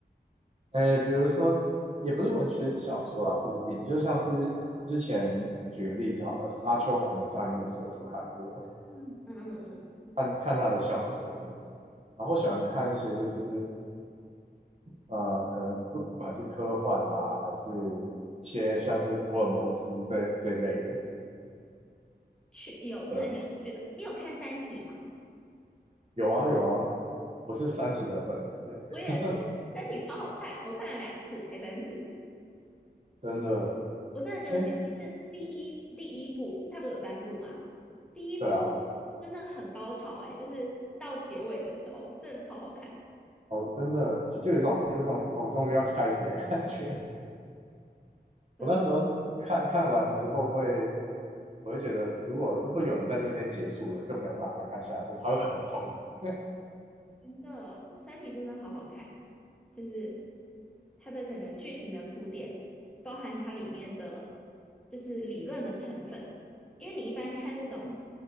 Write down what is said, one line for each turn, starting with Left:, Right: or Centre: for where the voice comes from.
Right: 哎，比如说，也不是文学小说啦，不一定，就像是之前举个例子好了，《沙丘》还没上映的时候我就看过，
Centre: 嗯，嗯嗯嗯，
Right: 看看他的小说，然后喜欢看一些就是呃，可能不不管是科幻啊，还是一些像是福尔摩斯这这类的，
Centre: 去有很有趣的，
Right: 对，
Centre: 你有看《三体》吗？
Right: 有啊有啊，我是《三体》的粉丝欸，
Centre: 我也是，
Right: <laughs>
Centre: 《三体》超好看，我看了两次还三次，
Right: 真的，
Centre: 我真的觉得，
Right: 哎，
Centre: 尤其是第一第一部，它不是有三部吗？第一部
Right: 对啊，
Centre: 真的很高潮哎、就是到结尾的时候，真的超好看，
Right: 哦，真的就就有一种有一种哦，终于要开始的感觉，我那时候看看完之后会，
Centre: 真
Right: 我会觉得，如果如果有人在这边结束了，就没有办法再看下一部，他会很痛苦，
Centre: 真的，《三体》真的好好看，就是它的整个剧情的铺垫，包含它里面的就是理论的成分，因为你一般看这种